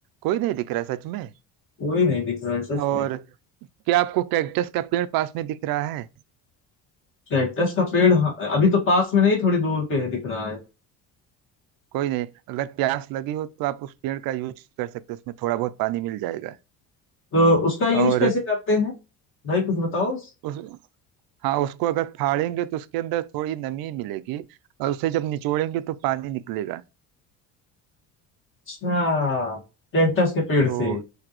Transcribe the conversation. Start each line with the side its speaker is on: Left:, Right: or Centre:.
Right: कोई नहीं दिख रहा सच में
Left: कोई नहीं दिख रहा है सच
Right: और
Left: में
Right: क्या आपको कैक्टस का पेड़ पास में दिख रहा है
Left: कैक्टस का पेड़ हाँ, अभी
Right: दे-
Left: तो पास में नहीं थोड़ी दूर पे है दिख रहा है
Right: कोई नहीं अगर प्यास लगी हो तो आप उस पेड़ का यूज कर सकते हो उसमें थोड़ा बहुत पानी मिल जाएगा
Left: तो उसका यूज
Right: और
Left: कैसे करते हैं भाई कुछ बताओ
Right: उस हाँ उसको अगर फाड़ेंगे तो उसके अंदर थोड़ी नमी मिलेगी और उसे जब निचोड़ेंगे तो पानी निकलेगा
Left: अच्छा कैक्टस के पेड़
Right: तो
Left: से